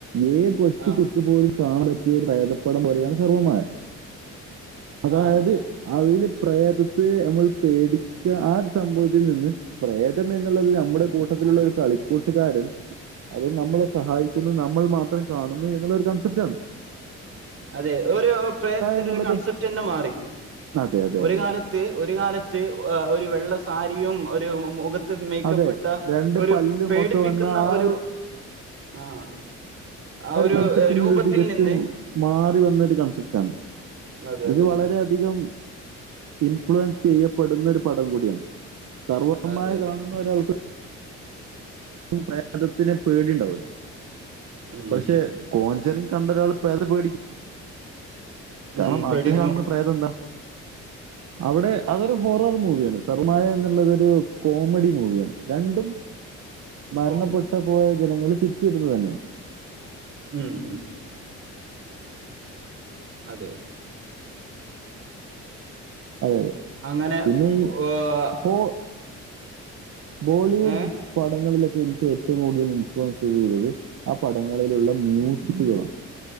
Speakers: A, on the right; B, on the right.
A: ഏ കൊച്ചു
B: ആഹ്.
A: കുട്ടി പോലും കാണ പറ്റ ഇ ഒരു പ്രേതപ്പെടം പോലെയാണ് സർവമായ, അതായത്
B: ആഹ് അതെ.
A: അതില് പ്രേതത്തെ നമ്മൾ പേടിക്ക ആ ഒരു സംഭവത്തിൽ നിന്ന്. പ്രേതം എന്നുള്ളത് നമ്മുടെ കൂട്ടത്തിലുള്ളരു കളിക്കൂട്ടുകാരൻ. അതും നമ്മളെ സഹായിക്കുന്നു നമ്മൾ മാത്രം കാണുന്നു എന്നുള്ളരു കൺസെപ്റ്റ് ആണ്.
B: അതെ ഒരു പ്രേതത്തിന്റെ
A: എന്നുള്ളത്
B: ഒരു കൺസെപ്റ്റ് തന്നെ മാറി
A: അതെ അതെ
B: ഒര്
A: അതെ
B: കാലത്ത് ത്ത് ഒരു കാലത്ത് ഒരു വെള്ള സാരിയും ഒരു മു മുഖ <unintelligible> മേയ്ക്കപ്പ്ട്ട
A: അതെ രണ്ട്
B: ഒരു
A: പല്ലും
B: പേടിപ്പിക്ക്‌ന്ന
A: ഒക്കെ വന്ന ആ
B: ഒരു ആഹ് ആ ഒരു
A: കൺസെപ്റ്റ് എന്നത്
B: രൂപത്തിൽ
A: തികച്ചും
B: നിന്ന്.
A: മാറി വന്നൊരു കൺസെപ്റ്റാണ്
B: അതെ അതെ
A: ഇത് വളരെ അധികം. ഇൻഫ്ലുവൻസ് ചെയ്യപ്പെടുന്ന ഒരു പടം കൂടിയാണ് സർവമായ
B: അതെ അതെ
A: കാണുന്ന ഒരാൾക്ക് ഒ പ്രേതത്തിനെ പേടിണ്ടാവുലോ
B: ഉം
A: പക്ഷെ കോഞ്ചെറിങ്‌ കണ്ട ഒരാള് പ്രേതത്തെ പേടിക്കും കാരണം
B: ഉം പേടിക്കും
A: അദ്ദേഹം ആണെന്ന് പ്രേതം എന്താ
B: <inaudible>
A: അവിടെ അതൊരു ഹോറർ മൂവിയാണ് സർവംമായ എന്നുള്ളതൊരു കോമഡി മൂവിയാണ് രണ്ടും. മരണപ്പെട്ട്
B: കോമഡി
A: പോയ ജനങ്ങള് തിരിച്ചു വരുന്നത് തന്നെ
B: ഉം ഉം അതെ അതെ.
A: അതെ അതെ
B: അങ്ങനെ
A: പിന്നെ ഈ
B: ഏഹ്,
A: ഹോ ബോളിവു
B: ഏ
A: പടങ്ങളിലൊക്കെ എനിക്ക് ഏറ്റവും കൂടുതൽ ഇൻഫ്ലുവൻസ് ചെയ്തത് ആ പടങ്ങളിലുള്ള മ്യൂസിക്കുകളാണ്.